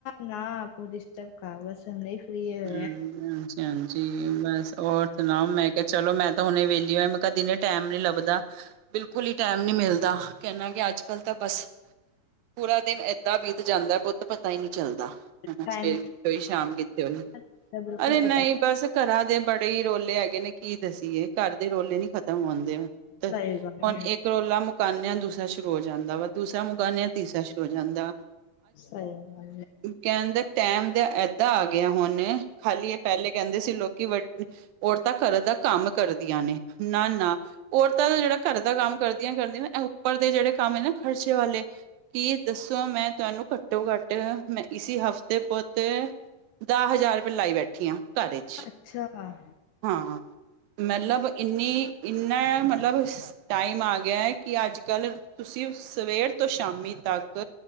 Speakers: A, on the left; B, on the right.
A: ਨਾ ਪ ਡਿਸਟਰਬ ਖਾ ਬਸ <inaudible>
B: ਹੂੰ
A: ਆ।
B: ਹਾਂਜੀ ਹਾਂਜੀ ਹੋਰ ਸੁਣਾਓ ਮੈਂ ਕਿਹਾ ਚਲੋ ਮੈਂ ਹੁਣੇ ਵਿਹਲੀ ਹੋ ਮੈਂ ਕਿਹਾ ਦਿਨੇਂ ਟਾਈਮ ਨੀ ਲੱਭਦਾ ਬਿਲਕੁਲ ਹੀ ਟਾਈਮ ਮਿਲਦਾ ਕਹਿੰ ਨਾ ਕਿ ਅੱਜ ਕੱਲ ਤਾਂ ਬਸ ਪੂਰਾ ਦਿਨ ਏਦਾਂ ਬੀਤ ਜਾਂਦਾ ਪੁੱਤ ਪਤਾ ਹੀ ਨਹੀਂ ਚੱਲਦਾ ਹਨਾ
A: ਟਾਈਮ
B: ਸਵੇਰ ਕਿੱਥੇ ਹੋਈ ਸ਼ਾਮ ਕਿੱਥੇ ਹੋਈ
A: ਬਿਲਕੁਲ
B: ਅਰੇ
A: ਪਤਾ
B: ਨਹੀਂ ਨਹੀਂ ਬਸ ਘਰਾਂ ਦੇ ਬੜੇ ਹੀ ਰੋਲੇ ਹੈ। ਕਹਿੰਦੇ ਕੀ ਦੱਸੀਏ ਘਰ ਦੇ ਰੋਲੇ ਨੀ ਖ਼ਤਮ ਹੁੰਦੇ ਤੇ
A: ਸਹੀ ਗੱਲ
B: ਹੁਣ ਇੱਕ ਰੌਲਾ ਮੁਕਾਉਂਦੇ ਦੂਸਰਾ ਸ਼ੁਰੂ ਹੋ ਜਾਂਦਾ ਵਾ ਦੂਸਰਾ ਮੁਕਾਉਂਦੇ ਤੀਸਰਾ ਸ਼ੁਰੂ ਹੋ ਜਾਂਦਾ
A: ਸਆ ਨਾ
B: ਕਹਿੰਦੇ ਟਾਈਮ ਦਾ ਏਦਾਂ ਆ ਗਿਆ ਹੁਣ ਖਾਲੀ ਇਹ ਪਹਿਲੇ ਕਹਿੰਦੇ ਸੀ ਲੋਕੀ ਵੱ ਔਰਤਾਂ ਘਰ ਦਾ ਕੰਮ ਕਰਦੀਆਂ ਨੇ ਨਾ ਨਾ ਔਰਤਾਂ ਜਿਹੜਾ ਘਰ ਦਾ ਕੰਮ ਕਰਦੀਆਂ ਕਰਦੀਆਂ ਉੱਪਰ ਦੇ ਜਿਹੜੇ ਕੰਮ ਹੈ ਨਾ ਖਰਚੇ ਵਾਲੇ ਕੀ ਦੱਸੋ ਮੈਂ ਤੁਹਾਨੂੰ ਘੱਟੋ ਘੱਟ ਮੈਂ ਇਸ ਹਫ਼ਤੇ ਪੁੱਤ ਦਸ ਹਜ਼ਾਰ ਰੁਪਏ ਲਾਈ ਬੈਠੀ ਆ ਘਰ ਚ
A: ਅੱਛਾ ਕਾ
B: ਹਾਂ ਮਤਲਬ ਇੰਨੀ ਇੰਨਾ ਮਤਲਬ ਟਾਈਮ ਆ ਕਿਹਾ ਕਿ ਅੱਜ ਕੱਲ ਤੁਸੀਂ ਸਵੇਰ ਤੋਂ ਸ਼ਾਮੀ ਤੱਕ